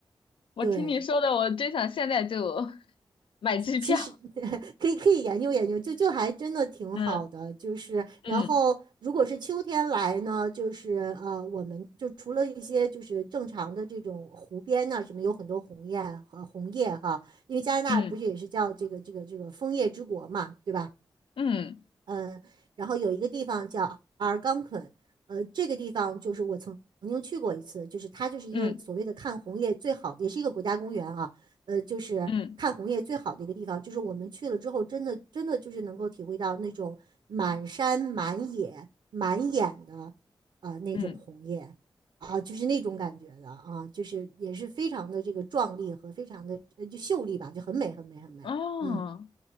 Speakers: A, on the left (about 80°); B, on the right (about 70°).
A: 我听你说的，
B: 对，
A: 我真想现在就 <laughs> 买机票
B: 其实 <laughs> 可以可以研究研究，就就还真的挺好的。
A: <laughs>。嗯
B: 就是然后如果是秋天来呢，
A: 嗯
B: 就是呃，我们就除了一些就是正常的这种湖边呐、什么，有很多红叶和红叶哈，因为加拿大不是也是叫这个这个这个枫叶之国嘛，
A: 嗯
B: 对吧？
A: 嗯
B: 嗯，然后有一个地方叫阿尔冈昆，呃，这个地方就是我曾曾经去过一次，就是它就是一个所谓的看红叶最好，
A: 嗯
B: 也是一个国家公园啊，呃，就是看红叶最好的一个地方，
A: 嗯
B: 就是我们去了之后，真的真的就是能够体会到那种满山满野满眼的啊呃那种红叶。
A: 嗯，
B: 啊，就是那种感觉的啊，就是也是非常的这个壮丽和非常的呃就秀丽吧，就很美很美很美。
A: 哦
B: 嗯，